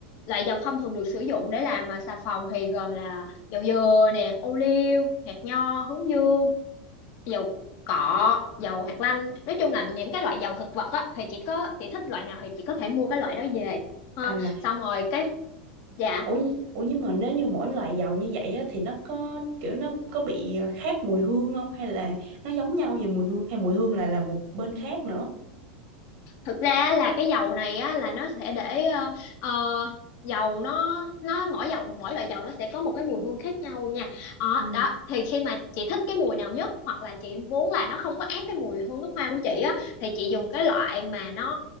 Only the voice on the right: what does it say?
anh là,
ủa, nh- ủa nhưng mà nếu như mỗi loại dầu như vậy á, thì nó có kiểu nó có bị ờ, khác mùi hương không? Hay là nó giống nhau về mùi hương, hay mùi hương là là một bên khác nữa?
Ừ.